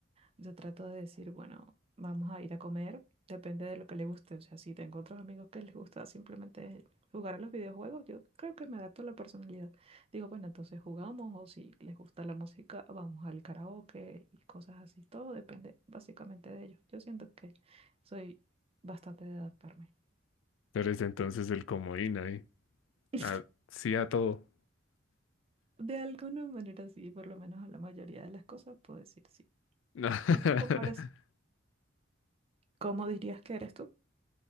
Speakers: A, on the right; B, on the left.
A: yo trato de decir, bueno, vamos a ir a comer. Depende de lo que le guste. O sea, si tengo otros amigos que les gusta simplemente jugar a los videojuegos, yo creo que me adapto a la personalidad. Digo, bueno, entonces jugamos o si les gusta la música, vamos al karaoke y cosas así. Todo depende básicamente de ellos. Yo siento que soy bastante de adaptarme.
B: Eres entonces el comodín ahí.
A: <laughs>
B: Ah, sí a todo.
A: De alguna manera sí, por lo menos a la mayoría de las cosas puedo decir sí.
B: <laughs>
A: ¿Y tú cómo eres? ¿Cómo dirías que eres tú?